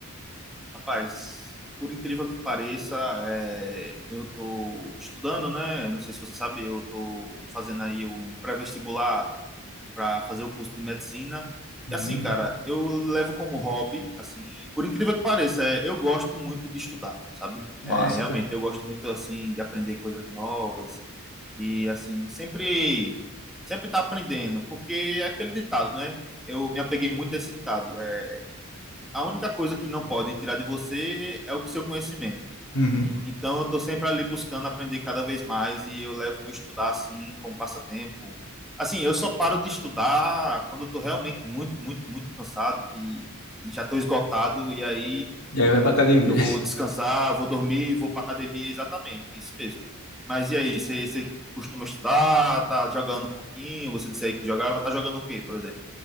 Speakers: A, in the centre; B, on the left.
A: Rapaz, por incrível que pareça, é, eu tô estudando, né? Não sei se você sabe, eu tô fazendo aí um pré-vestibular para fazer o curso de medicina.
B: Hum,
A: E assim, cara, eu levo como hobby, assim, por incrível que pareça, é, eu gosto muito de estudar, sabe?
B: massa,
A: É, realmente,
B: cara.
A: eu gosto muito, assim, de aprender coisas novas e, assim, sempre, sempre tá aprendendo, porque é aquele ditado, né? Eu me apeguei muito a esse ditado. é, a única coisa que não podem tirar de você é o seu conhecimento.
B: Uhum.
A: Então, eu estou sempre ali buscando aprender cada vez mais e eu levo estudar assim como passatempo. Assim, eu só paro de estudar quando eu estou realmente muito, muito, muito cansado e, e já estou esgotado. E aí
B: E aí vai pra academia.
A: eu vou descansar, vou dormir, vou para academia, exatamente, isso mesmo. Mas e aí, você você costuma estudar, tá jogando um pouquinho? Você disse aí que jogava, tá jogando o quê, por exemplo?